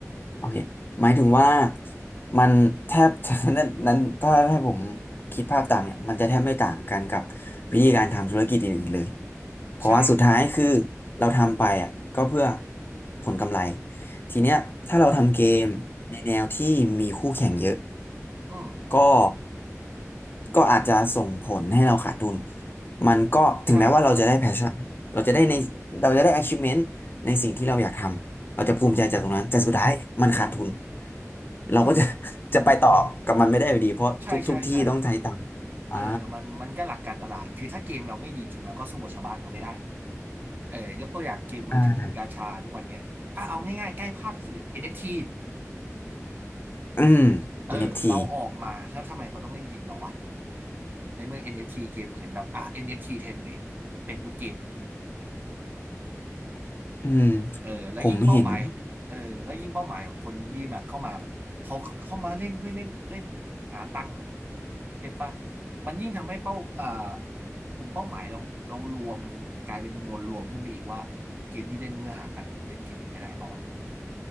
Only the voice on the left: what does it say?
โอเคหมายถึงว่ามันแทบจะ <laughs> นั้นนั้นถ้าให้ผมคิดภาพตามเนี่ยมันจะแทบไม่ต่างกันกับวิธีการทำธุรกิจอื่นๆเลยเพราะว่าสุดท้ายคือ
เราทำไปอ่ะก็เพื่อผลกำไรทีเนี้ยถ้าเราทำเกมในแนวที่มีคู่แข่งเยอะ
ก็ก็อาจจะส่งผลให้เราขาดทุนมันก็ถึงแม้ว่าเราจะได้
passion เราจะได้ในเราจะได้ achievement ในสิ่งที่เราอยากทำ เราจะภูมิใจจากตรงนั้นแต่สุดท้ายมันขาดทุน
เราก็จะ
<laughs> จะไปต่อกับมันไม่ได้อยู่ดีเพราะทุกทุกที่ต้องใช้ตังค์อ่า
อ่า
อืม
n ที
อืม
ผมเห็น